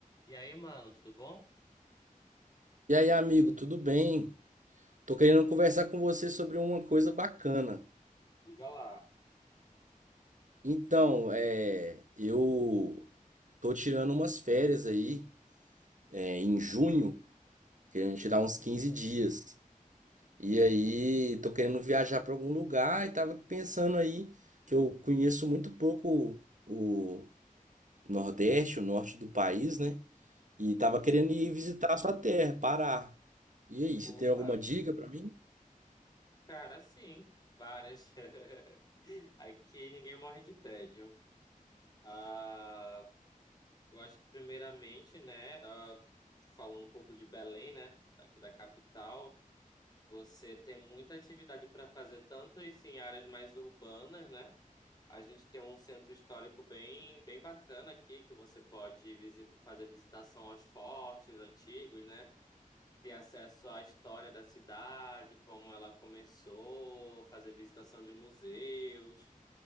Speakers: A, on the left; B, on the right.
A: E aí, mano, tudo bom?
B: E aí, amigo, tudo bem? Tô querendo conversar com você sobre uma coisa bacana.
A: Diga lá.
B: Então, é, eu tô tirando umas férias aí, é, em junho, querendo tirar uns
A: Uhum,
B: 15 dias. E aí, tô querendo viajar para algum lugar e tava pensando aí que eu conheço muito pouco o Nordeste, o norte do país, né? E tava
A: uhum.
B: querendo ir visitar a sua terra, Pará. E aí, você
A: Opa,
B: tem alguma dica para mim?
A: cara, sim, várias. <laughs> Aqui ninguém morre de tédio. Ah, eu acho que primeiramente, né, ah, falando um pouco de Belém, né, aqui da capital, você tem muita atividade para fazer, tanto isso em áreas mais urbanas, né? A gente tem um centro histórico bem, bem bacana aqui que você pode visit fazer visitação aos fortes antigos, né? ter acesso à história da cidade, como ela começou, fazer visitação de museus,